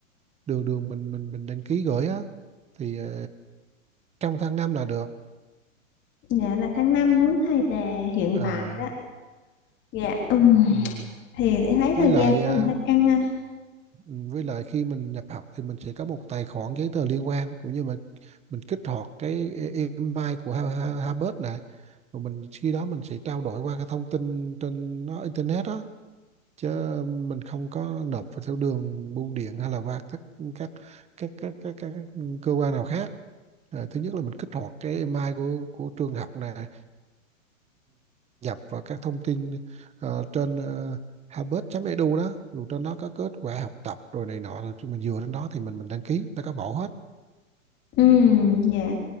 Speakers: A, on the right; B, on the left.
A: đường đường mình mình mình đăng ký gửi á thì ờ, trong tháng 5 là được
B: Dạ là tháng 5 đúng thầy là hiện
A: à
B: tại đó. Dạ ừm,
A: ừm.
B: thì em thấy
A: với
B: thời
A: lại
B: gian nó
A: ờ,
B: cũng hơi căng ha.
A: ừm, với lại khi mình nhập học thì mình sẽ có một tài khoản giấy tờ liên quan cũng như mà mình kích hoạt cái e, email của Ha- Ha- Harvard này rồi mình khi đó mình sẽ trao đổi qua cái thông tin trên nó internet á chứ mình không có nộp vào theo đường bưu điện hay là qua các các các các, các, các cơ quan nào khác à, thứ nhất là mình kích hoạt cái email của của trường học nè nhập vào các thông tin ờ, trên uh, harvard.edu đó dù trên đó có kết quả học tập rồi này nọ rồi khi mình dựa trên đó thì mình mình đăng ký nó có bộ hết
B: Ừm, dạ.